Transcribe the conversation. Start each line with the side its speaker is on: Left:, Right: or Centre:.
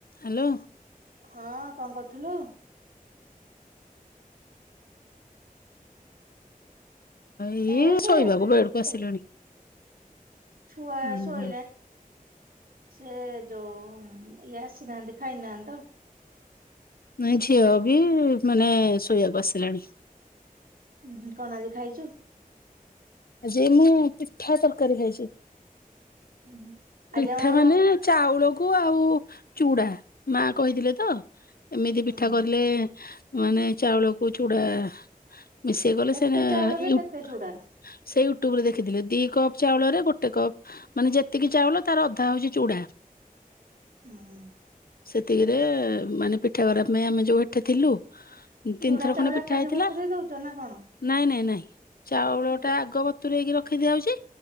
Left: Hello.
Right: ହଁ କଁ କରୁଥିଲୁ?
Left: ଇଏ
Right: ଏ ଶୋଇଆ
Left: ଶୋଇବାକୁ
Right: ପାଇଁ
Left: ବେଡକୁ ଆସିଲେଣି
Right: <inaudible> ଛୁଆ
Left: ହୁଁ
Right: ଶୋଇଲାଣିି?
Left: ହୁଁ
Right: ସେ ଯୋଉ ଇଏ ଆସିନାହାନ୍ତି ଖାଇନାହାନ୍ତି ତ।
Left: ନାଇ ଝିଅ ବି ମାନେ ଶୋଇବାକୁ ଆସିଲାଣି।
Right: ଉ ହୁଁ କଣ ଆଜି ଖାଇଚୁ?
Left: ଆଜି ମୁଁ ପିଠା ତରକାରୀ ଖାଇଚି।
Right: ଉହୁଁ
Left: ପିଠା
Right: ଆଜି ଆମର
Left: ମାନେ ଚାଉଳକୁ ଆଉ ଚୁଡ଼ା ମା କହିଥିଲେ ତ ଏମିତି
Right: ଓହୋ
Left: ପିଠା କରିଲେ ମାନେ ଚାଉଳକୁ ଚୁଡା ମିଶେଇ ଗଲେ
Right: କେତେ
Left: ସେନା
Right: ଚାଉଳରେ
Left: ୟୁ
Right: କେତେ ଚୁଡା
Left: ସେ ୟୁଟ୍ୟୁବ ରେ ଦେଖିଥିଲେ ଦି କପ୍ ଚାଉଳରେ ଗୋଟେ କପ୍ ମାନେ ଯେତିକି ଚାଉଳ ତାର ଅଧା ହଉଚି ଚୁଡା।
Right: ଉଁ ହୁଁ।
Left: ସେତିକିରେ ମାନେ ପିଠା କରିବା ପାଇଁ ଆମେ ଯୋଉ ହେଠି ଥିଲୁ ତିନିଥର
Right: ଚୁଡା
Left: ଖଣ୍ଡେ
Right: ଚାଉଳ
Left: ପିଠା
Right: ଏକାଠି
Left: ହେଇଥିଲା।
Right: ବତୁରେଇ ଦଉଛ ନା କଣ
Left: ନାଇଁ ନାଇଁ ନାଇଁ ଚାଉଳ
Right: ଚୁଡା
Left: ଟା ଆଗ ବତୁରେଇକି ରଖି ଦିଆହଉଛି